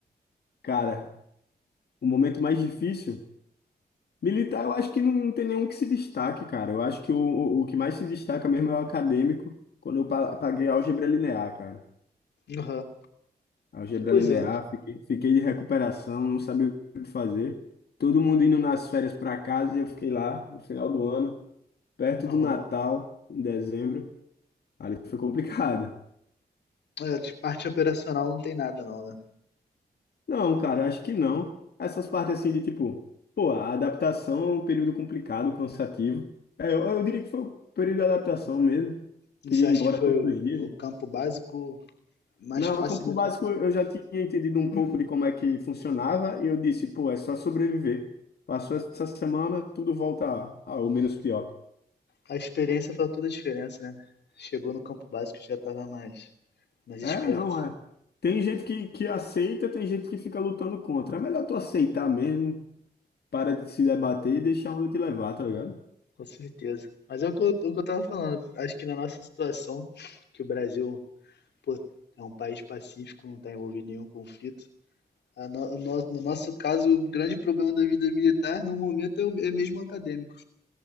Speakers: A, on the left (about 70°); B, on the left (about 90°).
A: cara, o momento mais difícil. Militar, eu acho que não tem nenhum que se destaque, cara. Eu acho que o, o, o que mais se destaca mesmo é o acadêmico, quando eu pa- paguei álgebra linear, cara.
B: Aham,
A: Algebra
B: Pois
A: linear,
B: é,
A: fiquei, fiquei de recuperação, não sabia o que fazer. Todo mundo indo nas férias para casa e eu fiquei lá no final do ano, perto
B: aham.
A: do Natal, em dezembro. Ali foi complicado.
B: É, de parte operacional não tem nada não, né?
A: Não, cara, eu acho que não. Essas partes assim de tipo, pô, a adaptação é um período complicado, cansativo. É, eu, eu diria que foi o período de adaptação mesmo.
B: E
A: Queria
B: você acha
A: ir embora
B: que foi
A: todos
B: o,
A: os dias.
B: o campo básico mais
A: Não,
B: fácil
A: o campo
B: do
A: básico
B: que
A: eu já tinha entendido um pouco de como é que funcionava e eu disse, pô, é só sobreviver. Passou essa semana, tudo volta ao menos pior.
B: A experiência faz toda a diferença, né? Chegou no campo básico já estava mais, mais esperto,
A: É, não, é. Tem gente que, que aceita, tem gente que fica lutando contra. É melhor tu aceitar mesmo, para de se debater e deixar a onda te levar, tá ligado?
B: com certeza. Mas é o que eu, o que eu tava falando. Acho que na nossa situação, que o Brasil, pô, é um país pacífico, não está envolvido em nenhum conflito. A no, no, no nosso caso, o grande problema da vida militar, no momento, é, o- é mesmo acadêmico.